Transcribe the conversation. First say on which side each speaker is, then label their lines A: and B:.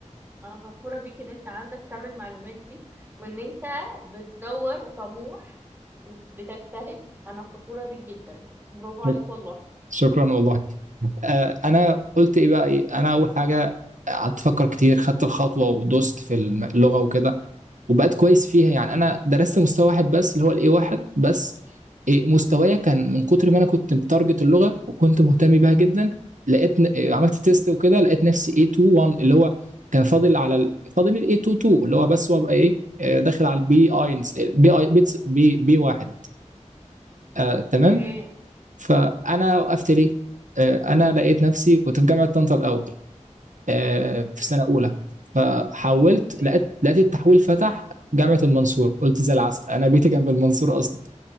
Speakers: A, on the right; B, on the right.
A: انا فخورة بيك ان انت عندك كم المعلومات دي وان انت بتدور وطموح وبتجتهد انا فخورة بيك جدا برافو عليك
B: شك-
A: والله
B: شكرا والله آه انا قلت ايه بقى إيه؟ انا اول حاجه قعدت افكر كتير خدت الخطوه ودوست في اللغه وكده وبقيت كويس فيها يعني انا درست مستوى واحد بس اللي هو الاي واحد بس إيه، مستوايا كان من كتر ما انا كنت متارجت اللغه وكنت مهتم بيها جدا لقيت ن- إيه، عملت تيست وكده لقيت نفسي A 2 1 اللي هو كان فاضل على ال... فاضل ال A 2 2 اللي هو بس وابقى ايه آه، داخل على البي اينز البي اي بي بي 1 آه تمام
A: اوكي
B: فانا وقفت ليه آه انا لقيت نفسي كنت في جامعه طنطا الاول آه،
A: امم
B: في سنة أولى فحولت
A: اوكي
B: لقيت لقيت التحويل فتح جامعة المنصور قلت زي العسل أنا بيتي جنب المنصور أصلا